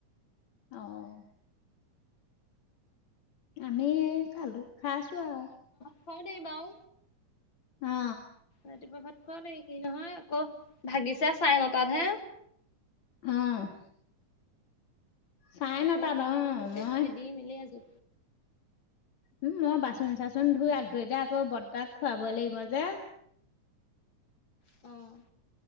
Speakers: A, on the left; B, on the left.
A: অ', আমি খালোঁ খাইছোঁ আৰু।
B: খুৱাও দেৰি বাৰু।
A: অ
B: ৰাতিপুৱা ভাত খোৱাও দেৰি কি নহয় আকৌ ভাগিছা চাৰে নটাত হে।
A: অ'। চাৰে
B: আকৌ
A: নটাত
B: সেৰিটোকে
A: অ মই
B: খেদি মেলি আজ
A: উম, মই বাচন চাচন ধুই আ ধুই এতিয়া আকৌ বৰ্তাক খুৱাবই লাগিব যে।
B: অ'।